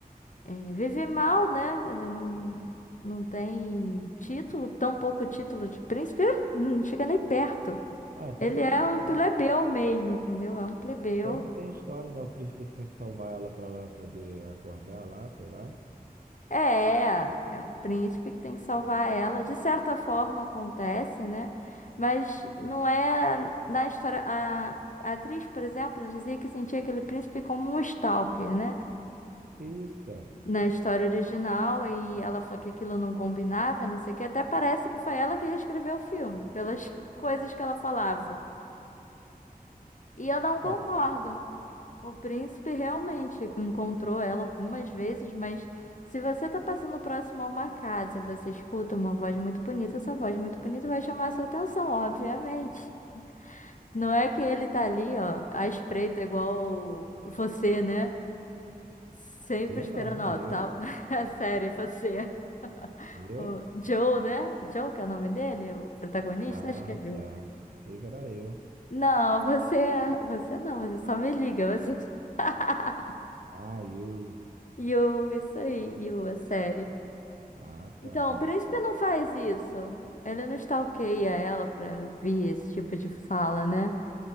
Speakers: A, on the left; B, on the right.
A: é, vive mal, né? Ele não, não tem título, tão pouco título de príncipe, <laughs> não chega nem perto.
B: ué, então
A: Ele
B: não
A: é
B: tem história.
A: um plebeu mesmo, entendeu? É um plebeu.
B: Então não tem história, né? O príncipe que tem que salvar ela pra ela poder acordar lá, sei lá.
A: É, é um príncipe que tem que salvar ela. De certa forma acontece, né? Mas não é na história. A, a atriz, por exemplo, dizia que sentia aquele príncipe como um stalker, né?
B: Que isso, cara?
A: Na história original, e ela falou que aquilo não combinava, não sei o quê. Até parece que foi ela que reescreveu o filme, pelas <laughs> coisas que ela falava. E eu não
B: Cara,
A: concordo. O príncipe realmente encontrou ela algumas vezes, mas se você está passando próximo a uma casa e você escuta uma voz muito bonita, essa voz muito bonita vai chamar a sua atenção, obviamente. Não é que ele tá ali, ó, à espreita, igual você, né? Sempre
B: eu
A: esperando,
B: não,
A: ó,
B: eu.
A: tal. <laughs> É sério, você. <laughs>
B: Eu?
A: O Joe, né? Joe, que é o nome dele, o protagonista?
B: Ah,
A: Acho que é Joe.
B: tá. Sei que era eu.
A: Não, você, é, você não, você só me liga, você. <laughs>
B: Ah, eu.
A: Yu, isso aí, Yu, a série.
B: Ah, tá.
A: Então, o príncipe não faz isso. Ele não stalkeia ela pra vir esse tipo de fala, né?